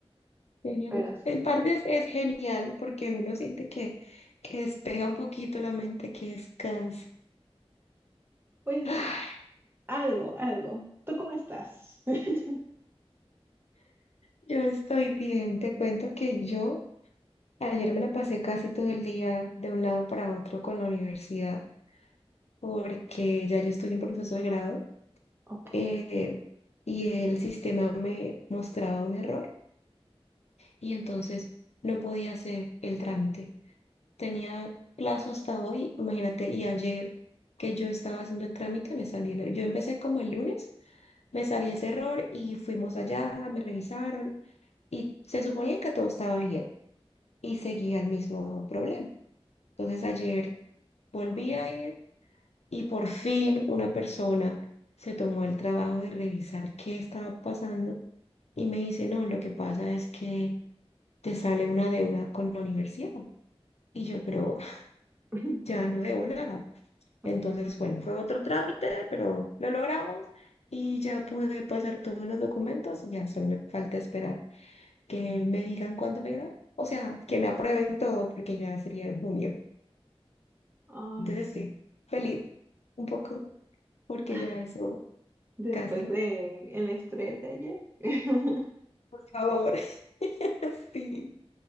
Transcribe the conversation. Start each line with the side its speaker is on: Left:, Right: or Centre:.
Left: genial.
Right: pero sí,
Left: en parte es, es genial porque uno siente que, que despeja un poquito la mente, que descansa.
Right: pues
Left: Ay,
Right: algo, algo. ¿Tú cómo estás? <laughs>
Left: yo estoy bien. Te cuento que yo Ayer me la pasé casi todo el día de un lado para otro con la universidad, porque ya yo estoy en proceso de grado
Right: Ok.
Left: eh, y el sistema me mostraba un error y entonces no podía hacer el trámite. Tenía plazo hasta hoy, imagínate, y ayer que yo estaba haciendo el trámite me salió, el error. yo empecé como el lunes, me salió ese error y fuimos allá, me revisaron y se suponía que todo estaba bien y seguía el mismo problema. Entonces ayer volví a ir y por fin una persona se tomó el trabajo de revisar qué estaba pasando y me dice, no, lo que pasa es que te sale una deuda con la universidad. Y yo, pero
Right: <laughs>
Left: <laughs> ya no debo nada.
Right: Ok.
Left: Entonces, bueno, fue otro trámite, pero lo logramos y ya pude pasar todos los documentos. Ya solo me falta esperar que me digan cuándo me gradué. O sea, que me aprueben todo porque ya sería en junio.
Right: Ay,
Left: Entonces, sí, feliz un poco. porque
Right: <laughs>
Left: ya eso
Right: después
Left: casi no,
Right: de el estrés de ayer. <laughs>
Left: por favor. <laughs> Sí.